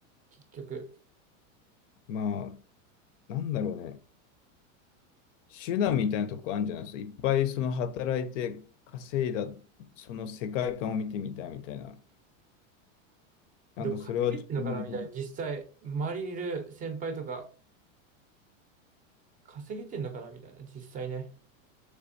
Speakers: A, on the right; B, on the left.
A: 結局、
B: まあ、なんだろうね、手段みたいなとこあるんじゃないですか。いっぱいその働いて稼いだ、その世界観を見てみたいみたいな。なんかそれは自分に、
A: でも稼げてんのかなみたいな、実際、周りにいる先輩とか、稼げてんのかなみたいな、実際ね。